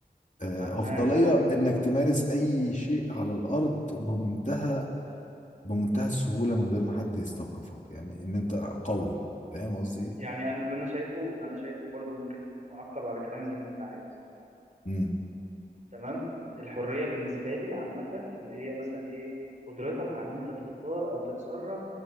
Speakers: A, on the left; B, on the right.
A: آه،
B: معناها
A: أفضلية إنك تمارس أي شيء على الأرض بمنتهى بمنتهى السهولة من غير ما حد يستوقفك يعني إن أنت قوي فاهم قصدي إيه؟
B: يعني انا اللي انا شايفه اللي انا شايفه برضو ممكن تعقب على كلامي زي ما انت عايز
A: امم
B: تمام ال- الحريه بالنسبه لي عامه اللي هي مثلا ايه قدرتك على ان انت تختار او تتصرف